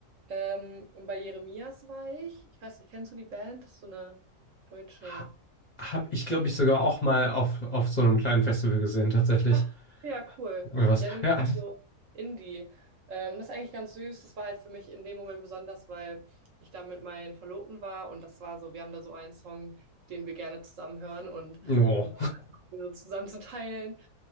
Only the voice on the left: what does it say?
Ha- Hab ich, glaube ich, sogar auch mal auf, auf so einem kleinen Festival gesehen, tatsächlich.
Irgendwas.
Ja.
No.